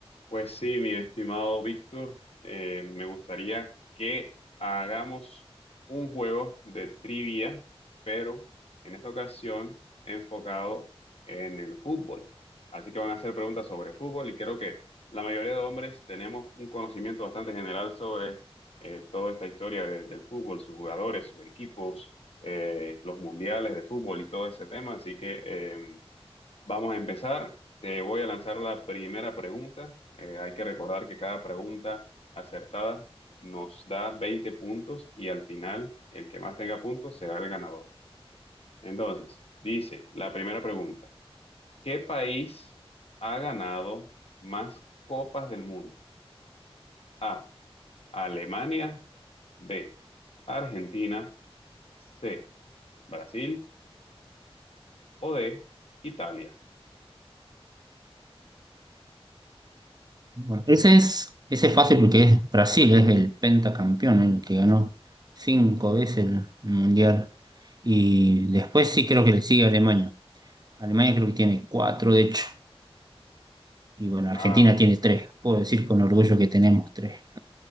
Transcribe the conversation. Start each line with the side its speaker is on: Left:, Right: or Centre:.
Left: Pues sí, mi estimado Víctor, eh, me gustaría que hagamos un juego de trivia, pero en esta ocasión enfocado en el fútbol. Así que van a hacer preguntas sobre fútbol y creo que la mayoría de hombres tenemos un conocimiento bastante general sobre eh, toda esta historia de- del fútbol, sus jugadores, sus equipos, eh, los mundiales de fútbol y todo ese tema. Así que... em, Vamos a empezar. Te voy a lanzar la primera pregunta. Eh, hay que recordar que cada pregunta acertada nos da 20 puntos y al final el que más tenga puntos será el ganador. Entonces, dice la primera pregunta. ¿Qué país ha ganado más copas del mundo? A. Alemania. B. Argentina. C. Brasil. O D. Italia.
Right: Bueno, ese es, ese es fácil porque es Brasil, es el pentacampeón, el que ganó cinco veces el el mundial. Y después sí creo que le sigue Alemania. Alemania creo que tiene cuatro, de hecho. Y bueno, Argentina
Left: Ah,
Right: tiene tres. Puedo decir con orgullo que tenemos tres.